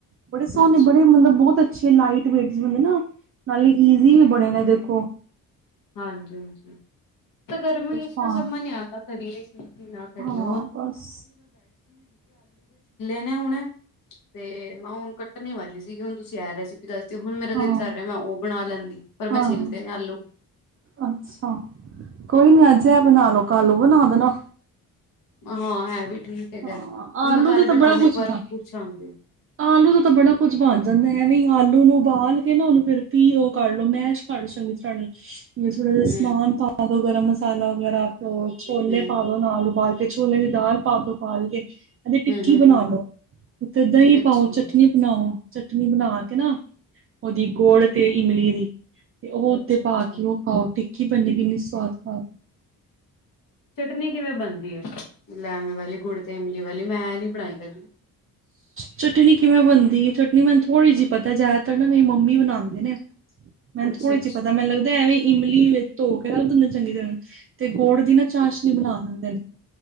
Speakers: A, on the right; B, on the left.
A: ਬੜੇ ਸੋਹਣੇ,
B: ਅੱਛਾ।
A: ਬੜੇ ਮਤਲਬ, ਬਹੁਤ ਅਛੇ, ਲਾਈਟ ਦੇ ਨਾ ਨਾਲੇ, ਈਜੀ ਵੀ ਬਣੇੇ ਨੇ ਦੇਖੋ।
B: ਹਾਂਜੀ -ਹਾਂਜੀ, ਤਾਂ ਗਰਮੀ
A: ਕੁਛ
B: ਇਸ,
A: ਹਾਂ
B: ਸਮਝ ਨੀ ਆਉਦਾ, ਕਰੀਏ ਕਿ। ਕਿ ਨਾ ਕਰੀਏ,
A: ਹਾਂ ਬਸ
B: ਨੇ ਹੁਣੇ ਤੇ ਮੈਂ ਹੁਣ ਕਟਣੇ ਵਾਲੀ ਸੀਗੀ, ਹੁਣ ਤੁਸੀ ਇਹ ਰੈਸਿਪੀ ਦਸ ਤੇ ਹੁਣ ਮੇਰਾ
A: ਹਾਂ
B: ਦਿਲ ਕਰ ਰਿਹਾ ਮੈਂ ਉਹ ਬਣਾ ਲੈਦੀ ਪਰ ਮੈਂ
A: ਹਾਂ
B: ਛਿਲਤ ਨੇ ਆਲੂ
A: ਅੱਛਾ ਕੋਈ ਨੀ ਅਜ ਇਹ ਬਣਾ ਲੋ, ਕਲ ਨੂੰ ਔ ਬਣਾ ਦੇਣਾ
B: ਹਾਂ ਹੈ ਵੀ ਠੀਕ ਹੈਗਾ।
A: ਹਾਂ ਆਲੂ
B: ਮੈਂ ਕੱਲ
A: ਦਾ ਤੇ
B: ਫਿਰ ਤੁਹਾਨੂੰ
A: ਬੜਾ ਕੁਛ
B: ਇੱਕ ਵਾਰ
A: ਬਣ
B: ਪੁੱਛਾਂਗੀ,
A: ਆਲੂ ਦਾ ਤਾਂ ਬੜਾ ਕੁੱਝ ਬਣ ਜਾਂਦਾ, ਐਵੀ ਆਲੂ ਨੂੰ ਬਾਲ ਨਾ ਉਹਨੂੰ ਫਿਰ ਵੀ ਉਹ ਕਰਲੋ, ਮੈਂਸ਼ ਕਰਲੋ ਚੰਗੀ ਤਰ੍ਹਾ ਨਾਲ ਥੋੜਾ ਜਿਹਾ
B: ਹੂੰ
A: ਸਮਾਨ ਪਾ ਦੋ ਗਰਮ ਮਸਾਲਾ ਵਗੈਰਾ, ਛੋਲੇ
B: ਹੂੰ,
A: ਪਾ ਦੋ ਉਬਾਲ ਕੇ ਛੋਲੇ ਦੀ ਦਾਲ ਪਾ ਦੋ ਕਦੀ ਟਿਕੀ
B: ਹੂੰ ਹੂੰ
A: ਬਣਾ
B: ਹੂੰ,
A: ਲਓ, ਉਤੇ ਦਹੀ
B: ਅੱਛਾ।
A: ਪਾਓ ਚਟਨੀ ਬਣਾਓ ਚਟਨੀ ਬਣਾ, ਕੇ ਨਾ ਉਹਦੀ ਗੁੜ ਤੇ ਇਮਲੀ ਦੀ ਉਹ ਉਤੇ
B: ਅੱਛਾ
A: ਪਾ
B: ਅੱਛਾ,
A: ਕੇ ਉਹ ਖਾਓ, ਟਿਕੀ ਬਨੀ ਵੀ ਇਨੀ ਸਵਾਦ ਖਾ
B: ਚਟਨੀ ਕਿਵੇਂ ਬਣਦੀ ਹੈ, ਲੈਮੇ ਵਾਲੀ ਗੁੜ ਤੇ ਇਮਲੀ ਵਾਲੀ ਮੈਂ ਨੀ ਬਣਾਈ ਹੈਗੀ
A: ਚਟਨੀ ਕਿਵੇ ਬਣਦੀ ਹੈ, ਚਟਨੀ ਮੈਨੂੰ ਥੋੜੀ ਜਿਹੀ ਪਤਾ ਯ ਮੇਰੀ ਮੰਮੀ ਬਣਾਦੇ ਨੇ, ਮੈਨੂੰ
B: ਅੱਛਾ
A: ਥੋੜ੍ਹੀ
B: ਅੱਛਾ
A: ਜਿਹੀ ਪਤਾ ਮੈਨੂ ਲੱਗਦਾ ਐਵੇ ਵੀ ਇਮਲੀ ਵਿਚ ਧੋ ਕੇ, ਉਹ ਨੂੰ ਚੰਗੀ ਤਰ੍ਹਾਂ ਤੇ ਗੋੜ ਦੀ ਨਾ ਚਾਸ਼ਨੀ ਬਣਾ ਲਿਦੇ ਨੇ